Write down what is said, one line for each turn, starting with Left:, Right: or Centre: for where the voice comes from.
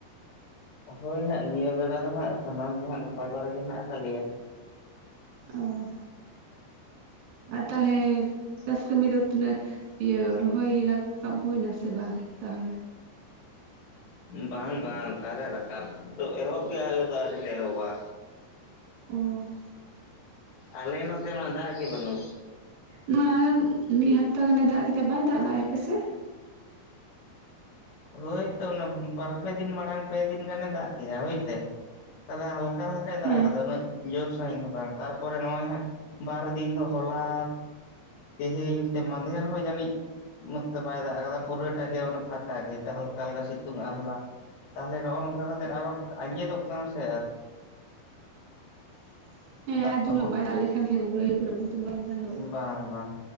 Left: ᱦᱳᱭ ᱦᱟᱸᱜ ᱱᱤᱭᱟᱹ ᱵᱮᱲᱟ ᱫᱚ ᱦᱟᱸᱜ ᱥᱟᱱᱟᱢ ᱜᱮ ᱦᱟᱸᱜ ᱱᱟᱯᱟᱭ ᱵᱮᱲᱟ ᱜᱮ ᱦᱮᱱᱟᱜ ᱟᱠᱟᱫ ᱞᱮᱭᱟ᱾
Right: ᱚ ᱟᱨ ᱛᱟᱦᱚᱞᱮ ᱪᱟᱥ ᱠᱟᱹᱢᱤ ᱫᱚ ᱛᱤᱱᱟᱹᱜ ᱤᱭᱟᱹ ᱨᱚᱦᱚᱭ ᱨᱟᱠᱟᱵ ᱦᱩᱭᱱᱟ ᱥᱮ ᱵᱟᱝ ᱛᱟᱦᱚᱞᱮ
Left: ᱵᱟᱝ ᱵᱟᱝ ᱚᱠᱟᱨᱮ ᱨᱟᱠᱟᱵᱫᱚ ᱮᱦᱚᱵ ᱜᱮ ᱟᱞᱮ ᱫᱚ ᱟᱹᱣᱨᱤ ᱞᱮ ᱮᱦᱚᱵᱟ᱾
Right: ᱚ
Left: ᱟᱞᱮ ᱱᱚᱛᱮ ᱢᱟ ᱫᱟᱜ-ᱜᱮ ᱵᱟᱹᱱᱩᱜ
Right: ᱱᱚᱣᱟ ᱢᱤᱫ ᱦᱟᱯᱛᱟ ᱜᱟᱱᱮ ᱫᱟᱜ ᱠᱮᱫᱟᱫ ᱵᱟᱭ ᱫᱟᱜ ᱞᱮᱫᱟ ᱟᱯᱮᱥᱮᱫ?
Left: ᱦᱳᱭᱛᱚ ᱚᱱᱟ ᱵᱟᱨᱯᱮ ᱫᱤᱱ ᱢᱟᱲᱟᱝ ᱯᱮ ᱫᱤᱱ ᱜᱟᱱᱮ ᱫᱟᱜ ᱠᱮᱜᱼᱟ ᱦᱳᱭᱥᱮ ᱛᱟᱦᱚᱞᱮ ᱦᱟᱞᱠᱟ ᱦᱟᱞᱠᱟᱭ
Right: ᱦᱮᱸ
Left: ᱫᱟᱜ ᱠᱟᱫᱟ ᱩᱱᱟᱹᱜ ᱡᱳᱨ ᱥᱟᱺᱦᱤᱡ ᱦᱟ ᱵᱟᱝ ᱛᱟᱨᱯᱚᱨᱮ ᱱᱚᱼᱚᱭ ᱦᱟᱸᱜ ᱵᱟᱨ ᱫᱤᱱ ᱫᱚ ᱦᱚᱞᱟ ᱛᱮᱦᱮᱧ ᱥᱮ ᱢᱟᱫᱷᱮᱨ ᱦᱚᱸ ᱡᱟᱹᱱᱤᱡ ᱱᱚᱛᱮ ᱵᱟᱭ ᱫᱟᱜ ᱠᱟᱫᱟ ᱯᱩᱨᱟᱹᱴᱟ ᱜᱮ ᱢᱟᱱᱮ ᱯᱷᱟᱠ <unintelligible> ᱦᱟᱞᱠᱟ ᱦᱟᱞᱠᱟ ᱥᱤᱛᱩᱝ ᱟᱦᱞᱟ ᱛᱟᱦᱚᱞᱮ ᱱᱚᱜᱼᱚ ᱱᱚᱝᱠᱟ ᱠᱟᱛᱮ ᱟᱨᱚ ᱟᱱᱡᱮᱫᱚᱜ ᱠᱟᱱᱟ ᱥᱮ
Right: <unintelligible> <unintelligible> <unintelligible>
Left: ᱫᱟᱜ ᱠᱚᱦᱚᱸ
Right: ᱵᱟᱭ <unintelligible> ᱞᱮᱠᱷᱟᱱ <unintelligible> <unintelligible> <unintelligible> <unintelligible> <unintelligible> ᱠᱷᱟᱱ ᱫᱚ
Left: ᱵᱟᱝ ᱵᱟᱝ